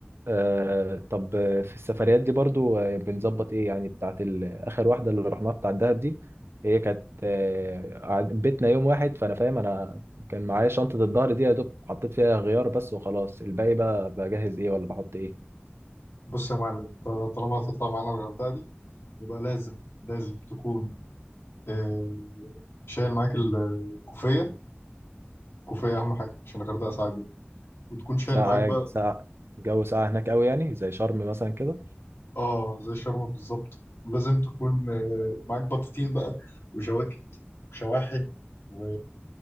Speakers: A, on the right; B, on the left.
A: آه طب آه، في السفريات دي برضو آه، بنظبط ايه يعني بتاعت ال- اخر واحده اللي رحناها بتاع الدهب دي هي كانت آه قعد- بيتنا يوم واحد فانا فاهم انا كان معايا شنطه الظهر دي يا دوب حطيت فيها غيار بس وخلاص الباقي بقى بجهز ايه ولا بحط ايه
B: بص يا معلم انت طالما هتطلع معانا الغردقة دي يبقى لازم لازم تكون آه، شايل معاك الكوفية الكوفية أهم حاجة عشان الغردقة ساعة جدا وتكون شايل
A: ساعه
B: معاك بقى
A: ساعه جو ساعه هناك قوي يعني زي شرم مثلا كده
B: اه زي شرم بالظبط ولازم تكون آه، معاك بطاطين بقى وجواكت وشواحن و...